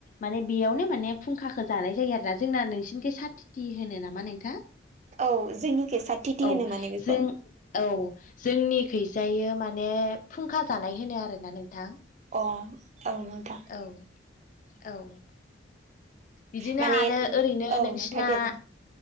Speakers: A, on the left; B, on the right.
A: माने बेयावनो माने फुंखाखौ जानाय जायो आरोना जोंना नोंसिनिखै साथिथि होनो नामा नोंथां?
B: औ जोंनिखै सातथिथि
A: औ
B: होनो माने बेखौ।
A: जों औ जोंनि खैजायो माने फुंखा जानाय होनो आरोना नोंथां।
B: अ औ नोंथां।
A: औ औ। बिदिनो
B: माने
A: आरो ओरैनो
B: औ
A: नोंसिना
B: नोंथां दे बुं